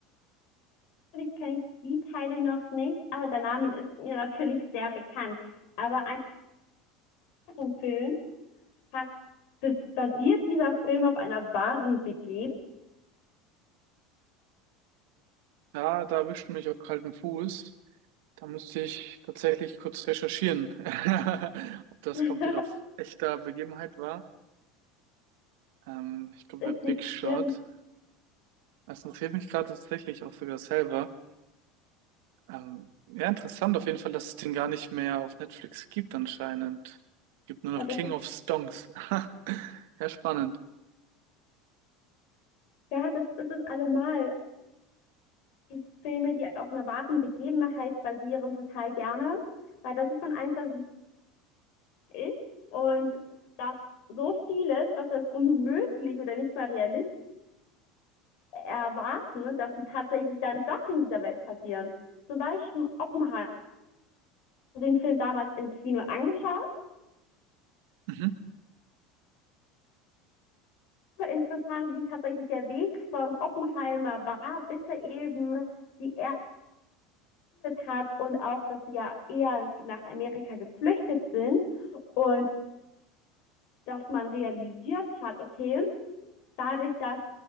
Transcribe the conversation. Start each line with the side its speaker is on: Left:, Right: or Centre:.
Left: Natürlich kenne ich die Teile noch nicht, aber der Name ist mir natürlich sehr bekannt. Aber einfach vom Film hat, das basiert dieser Film auf einer wahren Begebenheit.
Right: Ja, da erwischt du mich auf kaltem Fuß. Da müsste ich tatsächlich kurz recherchieren, <laughs> ob das
Left: <laughs>
Right: komplett auf echter Begebenheit war. Ähm, ich glaube,
Left: ist
Right: bei Big
Left: nicht
Right: Shot.
Left: schlimm.
Right: Das interessiert mich gerade tatsächlich auch sogar selber. Ähm, ja, interessant auf jeden Fall, dass es den gar nicht mehr auf Netflix gibt anscheinend. Gibt nur
Left: Und
Right: noch King
Left: das ist,
Right: of Stonks. <laughs> Ja, spannend.
Left: ja, das ist es allemal. Die Filme, die auf einer wahren Begebenheit basieren, total gerne, weil da sieht man einfach, wie es ist und dass so vieles, was als unmöglich oder nicht mal realistisch erwarten, ne, dass sie tatsächlich dann doch in dieser Welt passieren. Zum Beispiel Oppenheimer, den Film damals im Kino angeschaut.
Right: Mhm.
Left: Super interessant, wie tatsächlich der Weg vom Oppenheimer war, bis er eben die Erde hat und auch, dass sie ja eher nach Amerika geflüchtet sind und dass man realisiert hat, okay, dadurch, dass